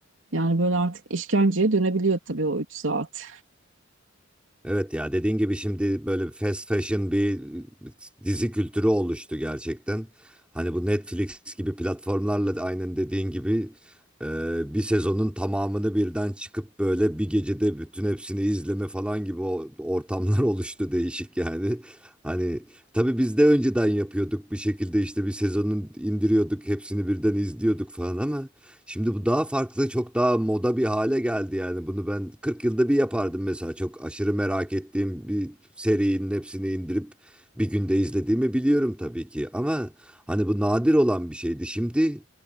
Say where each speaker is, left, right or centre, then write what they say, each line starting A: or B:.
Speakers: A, on the right; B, in the centre.
A: yani böyle artık işkenceye dönebiliyor tabii o 3 saat.
B: Evet ya dediğin gibi şimdi böyle fast fashion bir dizi kültürü oluştu gerçekten. Hani bu Netflix gibi platformlarla da aynen dediğin gibi e, bir sezonun tamamını birden çıkıp böyle bir gecede bütün hepsini izleme falan gibi o- ortamlar <laughs> oluştu değişik yani. Hani tabii biz de önceden yapıyorduk bir şekilde işte bir sezonun indiriyorduk hepsini birden izliyorduk falan ama Şimdi bu daha farklı, çok daha moda bir hale geldi yani. Bunu ben 40 yılda bir yapardım mesela. Çok aşırı merak ettiğim bir serinin hepsini indirip bir günde izlediğimi biliyorum tabii ki. Ama hani bu nadir olan bir şeydi. Şimdi